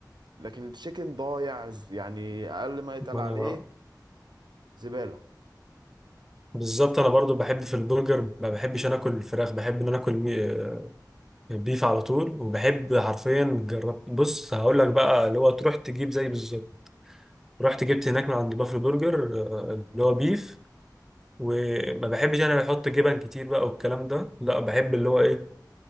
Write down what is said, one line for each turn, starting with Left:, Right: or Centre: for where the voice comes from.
Right: لكن التشيكن ضايع ز- يعني اقل ما يتقال
Centre: ما
Right: عليه
Centre: انا
Right: زبالة
Centre: بالظبط انا برضو بحب في البرجر ما بحبش انا اكل الفراخ بحب ان انا اكل مي- بيف على طول وبحب حرفيا جربت بص هقول لك بقى اللي هو تروح تجيب زي بالظبط رحت جبت هناك من عند بافلو برجر آه، اللي هو بيف وما بحبش انا بحط جبن كتير بقى والكلام ده لا بحب اللي هو ايه